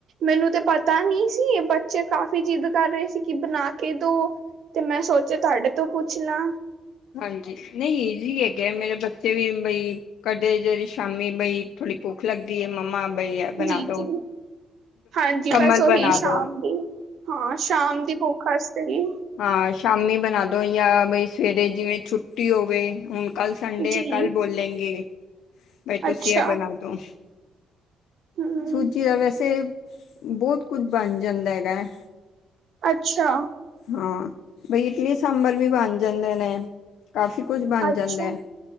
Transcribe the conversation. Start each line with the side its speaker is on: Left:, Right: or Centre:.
Right: ਮੈਨੂੰ ਤੇ ਪਤਾ ਨਹੀਂ ਸੀ ਬੱਚੇ ਕਾਫ਼ੀ ਜਿੱਦ ਕਰ ਰਹੇ ਸੀ ਕਿ ਬਣਾ ਕੇ ਦੋ ਤੇ ਮੈਂ ਸੋਚਿਆ ਤੁਹਾਡੇ ਤੋਂ ਪੁੱਛ ਲਾ।
Left: ਹਾਂਜੀ ਨਹੀਂ ਇਜੀ ਹੈਗੇ ਮੇਰੇ ਬੱਚੇ ਵੀ ਬਈ ਕਰਦੇ ਜਹੜੀ ਸ਼ਾਮੀ ਬਈ ਥੋੜੀ ਭੁੱਖ ਲੱਗਦੀ ਮੰਮਾ ਬਈ ਇਹ ਬਣਾ
Right: ਜੀ
Left: ਦੋ।
Right: ਜੀ ਹਾਂਜੀ,
Left: ਕਮਲ
Right: ਬਸ ਓਹੀ
Left: ਬਣਾ
Right: ਸ਼ਾਮ
Left: ਦੋ
Right: ਦੀ ਹਾਂ ਸ਼ਾਮ ਦੀ ਭੁੱਖ ਵਾਸਤੇ ਹੀ।
Left: ਹਾਂ, ਸ਼ਾਮੀ ਬਣਾ ਦੋ ਜਾਂ ਬਈ ਸਵੇਰੇ ਜਿਵੇਂ ਛੁੱਟੀ ਹੋਵੇ ਹੁਣ ਕੱਲ ਸੰਡੇ
Right: ਜੀ
Left: ਹੈ ਕੱਲ ਬੋਲ ਲ ਗੇ ਬਾਈ ਤੁਸੀਂ
Right: ਅੱਛਾ
Left: ਇਹ ਬਣਾ ਦੋ।
Right: ਹਮ
Left: ਸੂਜੀ ਦਾ ਵੈਸੇ ਬਹੁਤ ਕੁਝ ਬਣ ਜਾਂਦਾ ਹੈਗਾ ਹੈ।
Right: ਅੱਛਾ।
Left: ਹਾਂ, ਬਈ ਇਡਲੀ ਸਾਂਬਰ ਵੀ ਬਣ ਜਾਂਦੇ ਨੇ ਕਾਫ਼ੀ ਕੁਛ ਬਣ
Right: ਅੱਛਾ
Left: ਜਾਂਦਾ ਹੈ।